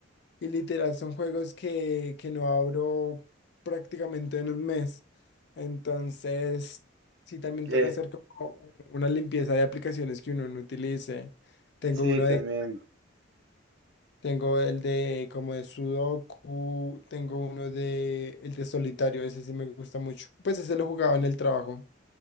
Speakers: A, on the left; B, on the right.
A: Y literal, son juegos que, que no abro prácticamente en un mes. Entonces, sí, también
B: Eh,
A: toca hacer como una limpieza de aplicaciones que uno no utilice. Tengo
B: sí,
A: uno
B: también.
A: de, tengo el de como de Sudoku, tengo uno de el de solitario, ese sí me gusta mucho. Pues ese lo jugaba en el trabajo.